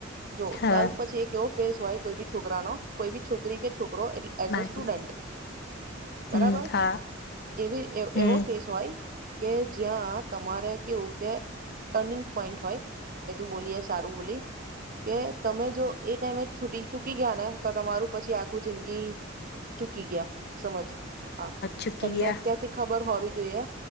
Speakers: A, on the right; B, on the left.
A: જો
B: હા
A: ટ્વેલ્થ પછી એક એવો ફેઝ હોય કોઈ બી છોકરા નો કોઈ ભી છોકરી કે છોકરો એટલે એઝ
B: માહી
A: અ સ્ટુડન્ટ બરાબર
B: હમ હા
A: એ
B: હમ
A: એવો ફેસ હોય કે જ્યાં તમારે કેવું કે ટર્નિંગ પોઈન્ટ હોય. એ તું બોલીએ સારું બોલી કે તમે જો એ ટાઈમે છૂટી ચૂકી ગયા ને તો તમારું પછી આખું જિંદગી ચૂકી ગયા સમજ. હા
B: ચૂકી
A: તમને
B: ગયા
A: અત્યારથી ખબર હોવી જોઈ